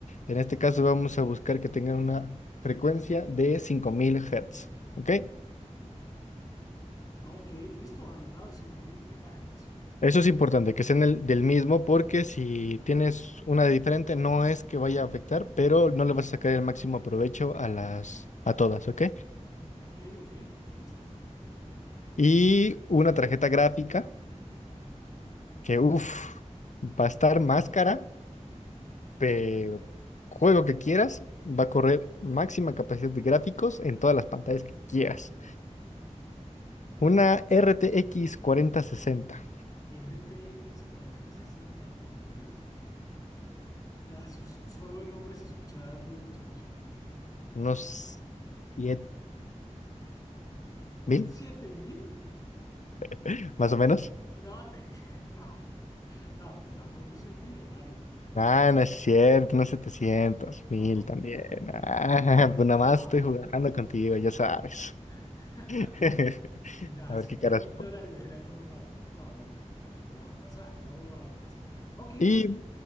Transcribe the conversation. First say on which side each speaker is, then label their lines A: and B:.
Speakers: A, on the left (about 75°); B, on the left (about 30°).
A: En este caso vamos a buscar que tengan una frecuencia de 5000 Hz, ¿ok?
B: ok, listo, anotado, 5000 megahertz.
A: Eso es importante, que sean el- del mismo, porque si tienes una de diferente, no es que vaya a afectar, pero no le vas a sacar el máximo provecho a las, a todas, ¿ok?
B: Ok, ok, listo.
A: Y una tarjeta gráfica que, uff, va a estar más cara, pero juego que quieras, va a correr máxima capacidad de gráficos en todas las pantallas que quieras. Una RTX sesenta.
B: RTX 4060, ok. Ah, eso solo el nombre se escuchaba muy costoso.
A: unos siete mil,
B: Siete mil?
A: <laughs> más o menos.
B: No, te... <laughs> cre- no, no, no, pues tampoco soy millonario.
A: Ah, no es cierto, unos setecientos mil
B: Wow,
A: también.
B: ok. ok.
A: Ah, <laughs> pues nada más
B: Ah,
A: estoy
B: ok.
A: jugando contigo, ya sabes.
B: <laughs>
A: <laughs>
B: Ya,
A: A ver
B: siete
A: qué caras
B: mil
A: me pone.
B: dólares era como, no, por favor, ya, ya no va a pasar, no va a pasar. Ok, listo.
A: Y,